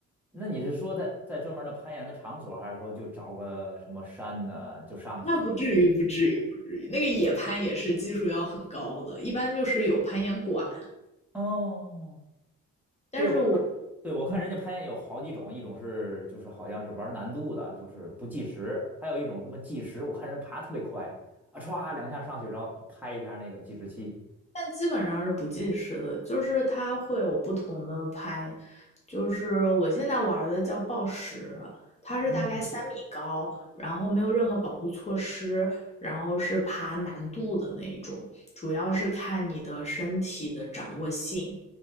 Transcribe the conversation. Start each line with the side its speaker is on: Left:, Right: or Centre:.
Centre: 那你是说在在专门的攀岩的场所，还是说就找个什么山呢就上去了？
Left: 那不至于，不至于，不至于。那个野攀也是技术要很高的，一般就是有攀岩馆，
Centre: 哦
Left: 但是我。
Centre: 对我对我看人家攀岩有好几种，
Left: 嗯
Centre: 一种是就是好像是玩难度的，就是不计时，还有一种什么计时，我看人爬特别快啊，歘两下上去，然后拍一下那个计时器。
Left: 但基本上是不计时的，就是它会有不同的拍，就是我现在玩的叫暴食，它是大概三米高，
Centre: 嗯，
Left: 然后没有任何保护措施，然后是爬难度的那一种，主要是看你的身体的掌握性，